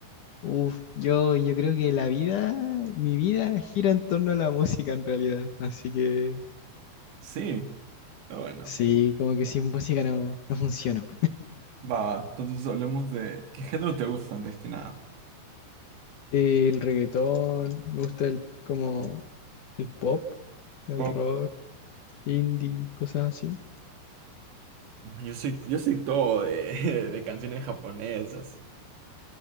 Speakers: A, on the left; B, on the right.
A: Uf, yo, yo creo que la vida, mi vida gira en torno a la música en realidad. Así que
B: Sí, ah, bueno,
A: sí, como que sin música no, no funciono.
B: va, va. Entonces hablemos de qué género te gusta antes que nada.
A: <laughs> El reggaetón, me gusta el, como el pop, el
B: Pop.
A: rock, indie, cosas así.
B: Yo soy, yo soy todo de, <laughs> de canciones japonesas.